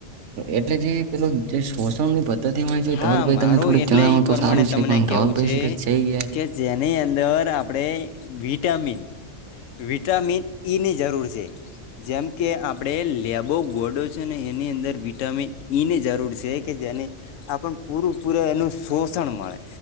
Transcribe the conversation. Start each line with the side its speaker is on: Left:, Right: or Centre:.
Right: એટલે જે પેલું જે શોષણ ને ભ ધતિ હોય છે,
Left: હા
Right: ધવલભાઈ
Left: મારો
Right: તમે થોડુક
Left: એટલે
Right: જણાવો
Left: એ
Right: તો
Left: પ્રમાણે
Right: સારું
Left: તમને
Right: છે, પણ
Left: કેવું
Right: ધવલભાઈ શી ખર છે ક્યાં?
Left: કે જેની અંદર આપડે વિટામિન વિટામિન ઈની જરૂર છે જેમ કે આપણે લેબો ગોડો છે ને એની અંદર વિટામિન ઈ ની જરૂર છે કે જેની આપણ પૂરું પૂરે એનું સોષણ મળે